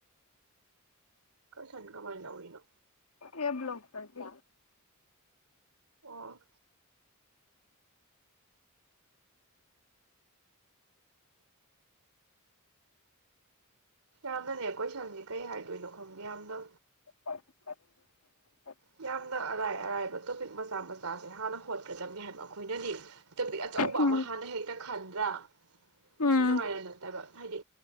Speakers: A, on the right; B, on the left.
A: ꯀꯣꯏꯁꯟ ꯀꯃꯥꯏꯅ ꯂꯧꯔꯤꯅꯣ
B: ꯑꯦ ꯕ꯭ꯂ‌ꯣꯛ ꯇꯥꯒꯤ
A: ꯑꯣ ꯌꯥꯝꯅꯅꯦ ꯀꯣꯏꯁꯟꯁꯦ ꯀꯩ ꯍꯥꯏꯗꯣꯏꯅꯣ ꯈꯪꯗꯦ ꯌꯥꯝꯅꯣ
B: ꯄ
A: ꯌꯥꯝꯅ ꯑꯔꯥꯏ ꯑꯔꯥꯏꯕ ꯇꯣꯄꯤꯛ ꯃꯆꯥ ꯃꯆꯥꯁꯦ ꯍꯥꯟꯅ ꯍꯣꯠꯀꯗꯕꯅꯤ ꯍꯥꯏꯕ ꯑꯩꯈꯣꯏꯅꯗꯤ ꯇꯣꯄꯤꯛ ꯑꯆꯧꯕ
B: ꯎꯝ
A: ꯑꯃ ꯍꯥꯟꯅ ꯍꯦꯛꯛꯇ ꯈꯟꯗ꯭ꯔ
B: ꯎꯝ
A: ꯑꯗꯨꯃꯥꯏꯅ ꯅꯠꯇꯕ ꯍꯥꯏꯗꯤ